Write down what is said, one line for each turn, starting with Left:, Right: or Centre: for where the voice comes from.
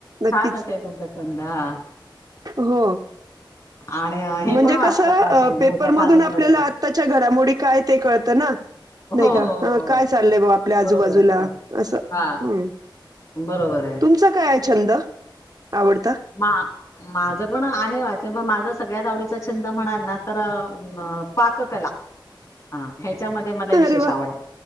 Right: नक्कीच
Left: <inaudible> चंदा.
Right: हो,
Left: आणि अ,
Right: म्हणजे
Left: हे पण वाचता
Right: कस
Left: का असे
Right: पेपरमधून
Left: मोठ्या कादंबऱ्या
Right: आपल्याला
Left: वगैरे
Right: आताच्या घडामोडी काय ते कळत ना.
Left: हो हो
Right: नाही का,
Left: हो हो
Right: काय चाललंय बा आपल्या आजूबाजूला
Left: बरोबर आहे हां
Right: असं.
Left: हां
Right: हम.
Left: बरोबर आहे
Right: तुमचा काय आहे छंद? आवडता
Left: मा माझं पण आहे वाचन माझ सगळ्यात आवडीचा छंद म्हणा ना तर पाककला. हा ह्याच्यामध्ये मला विशेष
Right: अरे वा
Left: आवड.